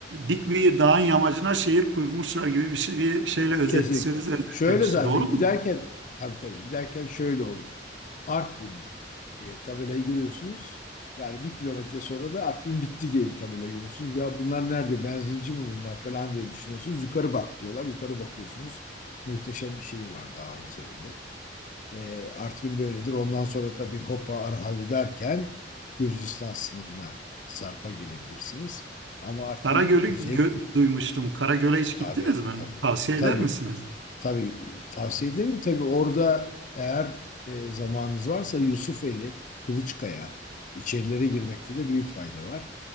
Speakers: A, on the right; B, on the left.
A: dik bir dağın yamacına şehir kurmuşlar gibi bir, şey, bir şeyle özet
B: Kesinlikle.
A: sözle özetlemişti.
B: Şöyle zaten
A: Doğru mu?
B: giderken tabii tabii giderken şöyle oluyor. Artvin diye tabelayı görüyorsunuz. Yani bir kilometre sonra da Artvin bitti diye bir tabela görüyorsunuz. Ya bunlar nerede? Benzinci mi bunlar falan diye düşünüyorsunuz. Yukarı bak diyorlar. Yukarı bakıyorsunuz. Muhteşem bir şehir var dağın üzerinde. Ee, Artvin böyledir. Ondan sonra tabii Hopa, Arhavi derken Gürcistan sınırına Sarp'a gelebilirsiniz. Ama Artvin
A: Karagöl'ü
B: özellikle
A: gö- duymuştum. Karagöl'e hiç
B: tabii
A: gittiniz mi?
B: tabii
A: Tavsiye
B: tabii
A: eder misiniz?
B: Tabii tavsiye ederim. Tabii orada eğer e, zamanınız varsa Yusufeli, Kılıçkaya içerilere girmekte de büyük fayda var.